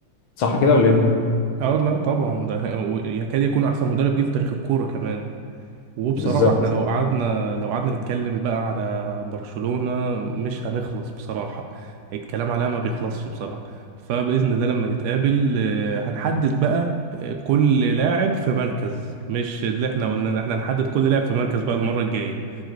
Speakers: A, on the left (about 75°); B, on the right (about 85°).
A: صح كده ولا ايه
B: اه لا طبعا ده يكاد يكون أحسن مدرب جه في تاريخ الكورة كمان وبصراحة
A: بالظبط
B: احنا لو قعدنا لو قعدنا نتكلم بقى على برشلونة مش هنخلص بصراحة الكلام عليها ما بيخلصش بصراحة فبإذن الله لما نتقابل آه، هنحدد بقى آه، كل لاعب في مركز مش اللي احنا قلنا احنا هنحدد كل لاعب في مركز بقى المرة الجاية